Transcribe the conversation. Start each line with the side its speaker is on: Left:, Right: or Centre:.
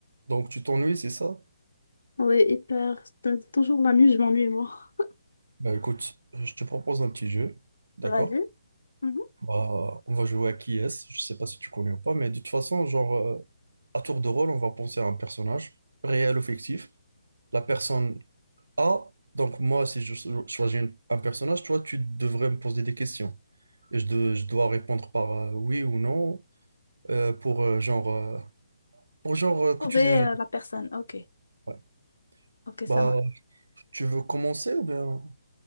Right: Donc, tu t'ennuies, c'est ça?
Left: Ouais, hyper. T'as Toujours la nuit, je m'ennuie, moi.
Right: Ben, écoute, je te propose un petit jeu, d'accord?
Left: Vas-y. Mhm.
Right: Bah, on va jouer à qui est-ce, je sais pas si tu connais ou pas, mais de toute façon, genre, euh, à tour de rôle, on va penser à un personnage, réel ou fictif. La personne A, donc moi, si je cho- choisis une- un personnage, toi, tu devrais me poser des questions. Et je, de- je dois répondre par euh, oui ou non, euh, pour, euh, genre, euh, pour genre euh, que
Left: Trouver
Right: tu devines.
Left: euh, la personne. Ok.
Right: Ouais.
Left: Ok,
Right: Bah,
Left: ça marche.
Right: tu veux commencer ou bien...